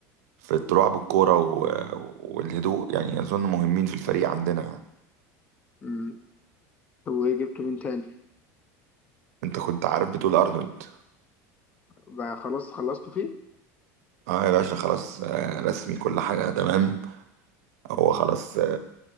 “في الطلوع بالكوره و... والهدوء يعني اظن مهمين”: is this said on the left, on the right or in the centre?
Right